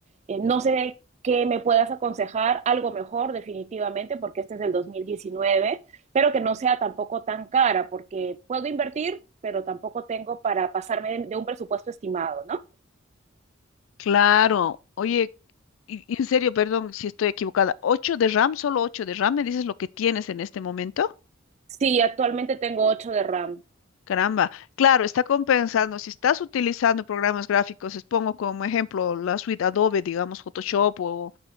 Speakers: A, on the right; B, on the left.
A: Eh, no sé qué me puedas aconsejar algo mejor definitivamente, porque este es del 2019, pero que no sea tampoco tan cara, porque puedo invertir, pero tampoco tengo para pasarme de, de un presupuesto estimado, ¿no?
B: Claro, oye, y- y en serio, perdón si estoy equivocada. ¿8 de RAM? ¿Solo 8 de RAM? solo ocho de ram me dices lo que tienes en este momento?
A: Sí, actualmente tengo 8 de RAM.
B: Caramba, claro, está compensando. Si estás utilizando programas gráficos, les pongo como ejemplo la suite Adobe, digamos Photoshop o,